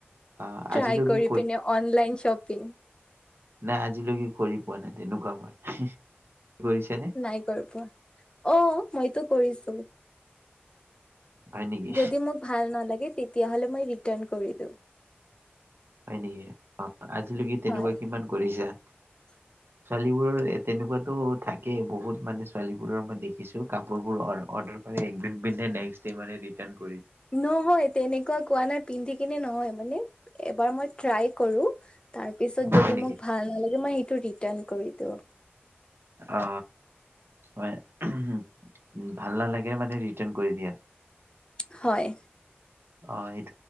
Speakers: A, on the right; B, on the left.
A: অ
B: ট্ৰাই
A: আজিলৈকে
B: কৰি পিনে অনলাইন শ্বপিং।
A: নাই আজিলৈকে কৰি পোৱা নাই তেনেকুৱা মই। কৰিছানে
B: নাই কৰি পোৱা অ', মইতো কৰিছোঁ।
A: হয় নেকি
B: যদি মোক ভাল নালাগে তেতিয়াহলে মই ৰিটাৰণ কৰি দিওঁ।
A: হয় নেকি অ আজিলৈকে তেনেকুৱা
B: হয়
A: কিমান কৰিছা
B: <unintelligible>
A: ছোৱালীবোৰৰ এ তেনেকুৱাতো থাকেই বহুত মানে ছোৱালীবোৰৰ মই দেখিছো কাপোৰবোৰ অ অ পিন্ধে নেষ্কডে মানে ৰিটান কৰে
B: নহয় তেনেকুৱা কোৱা নাই পিন্ধি কিনে নহয় মানে এবাৰ মই ট্ৰাই কৰোঁ তাৰপিছত যদি
A: হয় নেকি
B: মোক ভাল নালাগে মই ৰিতান কৰি দিও।
A: অ ম ভাল নালাগে মানে ৰিটাৰ্ণ কৰি দিয়া।
B: হয়
A: অ সেইটো